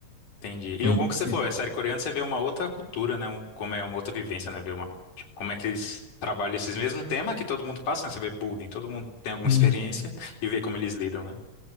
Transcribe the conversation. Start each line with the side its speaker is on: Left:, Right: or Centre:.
Left: Entendi. E
Centre: En-
Left: o bom que você
Centre: en-
Left: falou, é série coreana, você vê uma outra cultura, né? Um- como é uma outra vivência, né? Ver uma, tipo, como é que eles trabalham esses mesmos temas que todo mundo passa, né? Você vê bullying, todo mundo tem alguma
Centre: Hum.
Left: experiência e vê como eles lidam, né?